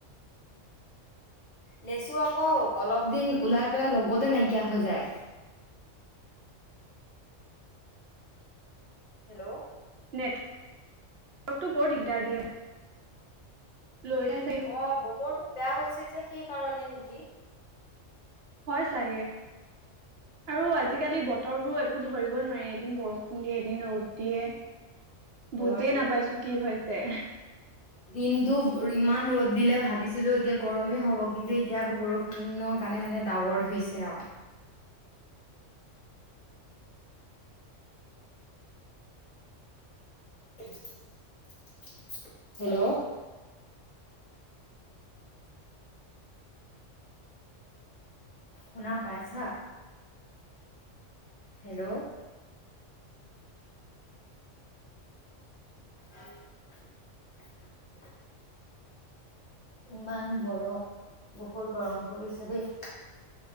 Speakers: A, on the left; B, on the right.
A: লেচু আকৌ অলপ দিন উলাই পেলে, লগতে নাইকিয়া হৈ যায়। হেল্ল'।
B: নেট ৱৰ্কটো বৰ দিগদাৰ দিয়ে। লৈ যাই চাগে
A: অ', বতৰটো বেয়া হৈছে যে সেইকাৰণে নেকি?
B: হয় চাগে। আৰু
A: উম,
B: আজিকালি বতৰবোৰ একো ধৰিবয়ে নোৱাৰি এদিন বৰষুণ দিয়ে, এদিন ৰ'দ দিয়ে।
A: হয়
B: বুজিয়ে নাপাইছোঁ কি হৈ যে
A: দিনতটো ইমান ৰদ দিলে ভাবিছিলো এতিয়া গৰমেই হব কিন্তু এতিয়া আকৌ বৰষুণৰ কাৰণে মানে ডাৱৰ হৈছে আঅ। <inaudible> হেল্ল? শুনা পাইছা? হেল্ল <inaudible> ইমান গৰম বহুত গৰম পৰিছে দেই।